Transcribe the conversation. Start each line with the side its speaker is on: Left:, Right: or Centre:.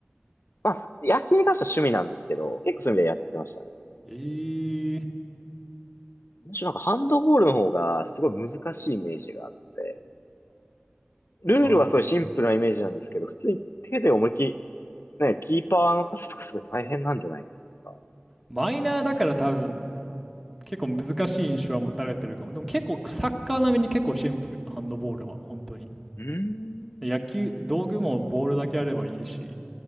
Left: まあ、す野球に関しては趣味なんですけど、結構そういう意味でやってましたね。
Centre: えー、
Left: むしろなんかハンドボールの方がすごい難しいイメージがあって、ルールはすごいシンプルなイメージなんですけど、
Centre: うん。
Left: 普通に手で思いっきり、ね、キーパーの方とかすごい大変なんじゃないかなとか。
Centre: マイナーだから多分、結構難しい印象は持たれてるかも。でも結構サッカー並みに結構シンプル、ハンドボールは、本当に。
Left: うーん。
Centre: 野球、道具もボールだけあればいいし、